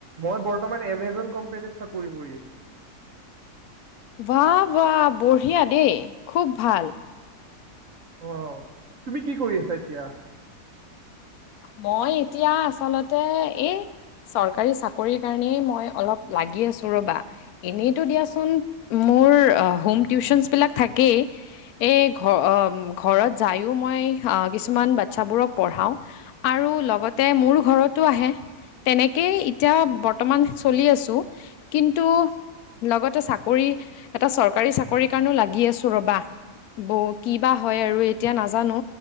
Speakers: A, on the right; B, on the left.
A: মই বৰ্তমান এমেজন কোম্পেনীত চাকৰি কৰি আছো।
B: বাহ বাহ বঢ়িয়া দেই, খুব ভাল।
A: অহ' তুমি কি কৰি আছা এতিয়া?
B: মই এতিয়া আচলতে এই- চৰকাৰী চাকৰিৰ কাৰণেই মই অলপ লাগি আছো ৰ'বা। এনেইতো দিয়াচোন, মোৰ আ হোম টিউচনচ বিলাক থাকেই- এই ঘ অ ঘৰত যায়ো মই কিছুমান বাতচ্ছাবোৰক পঢ়াওঁ, - আৰু লগতে মোৰ ঘৰতো আহে। তেনেকেই এতিয়া বৰ্তমান চলি আছো। কিন্তু, - লগতে চাকৰি এটা চৰকাৰী চাকৰিৰ কাৰণেও লাগি আছো ৰ'বা। ব কিবা হয় আৰু এতিয়া নাজানো।